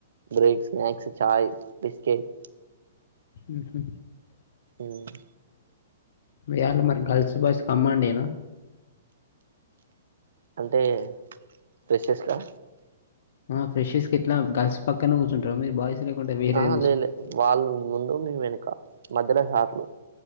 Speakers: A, on the right; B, on the left.
A: బ్రేక్స్ స్నాక్స్ చాయ్ బిస్కెట్.
B: ఉహూ.
A: ఉమ్.
B: ఈయాల మరి గర్ల్స్ బాయ్స్ కంబైన్డేనా.
A: అంటే ఫ్రెషర్స్ కా.
B: ఆహ్ ఫ్రెషెస్ కిట్లా గర్ల్స్ పక్కన కూర్చుంటార మీరు బాయ్స్. లేకుంటే వేరు
A: ఆహ్
B: వేరు కూర్చుంటారా
A: లేలే వాళ్ళు ముందు మేం వెనుక మధ్యలో సార్లు.